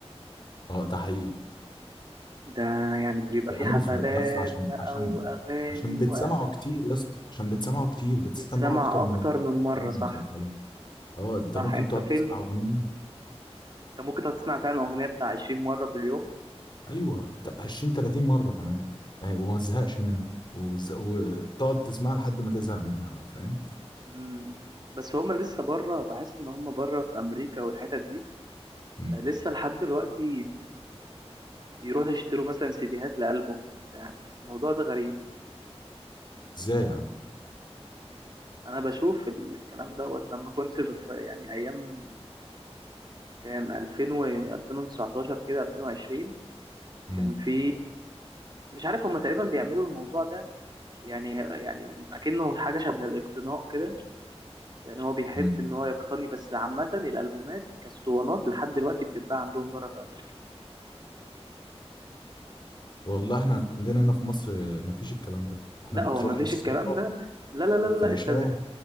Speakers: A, on the left (about 45°); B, on the right (about 40°).
A: اه ده حقيقي
B: ده يعني بيبقى
A: بيعملوا
B: في حفلات
A: في يس عشان
B: بقى
A: عشان
B: واغاني
A: عشان بتسمعوا
B: واعلانات
A: كتير يا اسطى عشان بتسمعوا كتير بتسمعوا
B: بيتسمع
A: اكتر من
B: اكتر
A: ال-
B: من مره
A: من
B: صح
A: المسلسلات اه انت
B: صح
A: ممكن
B: انت
A: تقعد
B: فيلم
A: تسمع اغنيه
B: انت ممكن تقعد تسمع فعلا اغنيه بتاع 20 مره في اليوم
A: ايوه تا- 20 30 مره كمان آه، وما تزهقش منها وز... وتقعد تسمعها لحد ما تزهق منها بقى فاهم
B: امم بس هما لسه بره بحس ان هما بره في امريكا والحتت دي
A: مم.
B: لسه لحد دلوقتي بيروحوا يشتروا مثلا سيديهات لألبوم وبتاع الموضوع ده غريب
A: ازاي يا عم
B: انا بشوف الكلام دوت لما كنت بتف... يعني ايام كان 2000 و 2019 كده 2020
A: مم.
B: كان في مش عارف هما تقريبا بيعملوا الموضوع ده يعني يعني اكنه حاجه شبه الاقتناء كده يعني هو بيحب
A: مم.
B: ان هو يقتني بس عامة الالبومات كاسطوانات لحد دلوقتي بتتباع عندهم بره في امريكا
A: والله احنا عندنا هنا في مصر آه، مفيش الكلام ده احنا
B: لا
A: بتروح
B: هو ما فيش
A: للسايبر
B: الكلام ده لا لا لا
A: الفلاشية
B: لا انت ب...